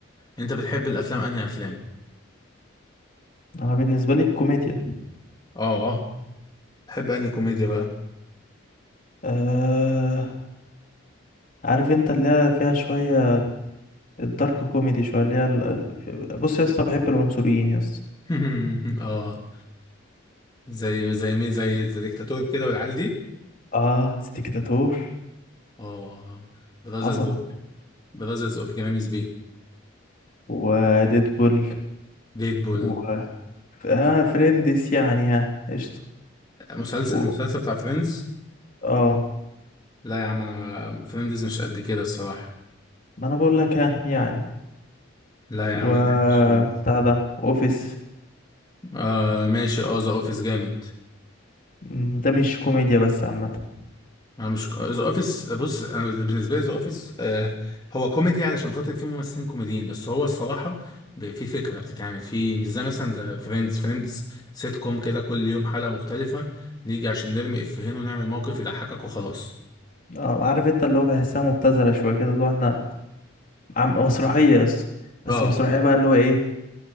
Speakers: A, on the left; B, on the left.
A: أنت بتحب الأفلام أنهي أفلام؟
B: انا بالنسبه لي الكوميديا
A: آه آه تحب أنهي كوميديا بقى؟
B: آه... عارف انت اللي هي فيها شويه الدارك كوميدي شويه اللي هي ال... ال- بص يا اسطى بحب العنصريين يا اسطى
A: <laughs> آه زي زي مين زي زي ديكتاتور كده والعيال دي؟
B: اه ديكتاتور
A: آه براذرز
B: عظمة
A: أوف براذرز أوف جرامز بي
B: وديدبول
A: ديدبول
B: و ف- آه فريندس يعني ها قشطة
A: مسلسل
B: و...
A: المسلسل بتاع فريندز
B: اه
A: لا يا عم انا فريندز مش قد كده الصراحه
B: ما انا بقول لك ها يعني
A: لا يا
B: و
A: عم انا مبحبش فريندز
B: بتاع ده اوفيس
A: آه ماشي اه ذا اوفيس جامد
B: مم، ده مش كوميديا بس عامة
A: انا مش ذا اوفيس بص انا بالنسبه لي ذا اوفيس آه هو كوميدي علشان خاطر فيه ممثلين كوميديين بس هو الصراحه ب- في فكره بتتعمل في مش زي مثلا ذا فريندز فريندز سيت كوم كده كل يوم حلقه مختلفه نيجي عشان نرمي افيهين ونعمل موقف يضحكك وخلاص
B: اه عارف انت اللي هو بحسها مبتذلة شوية كده اللي هو احنا عم... مسرحية بس بس
A: اه
B: مسرحية بقى اللي هو ايه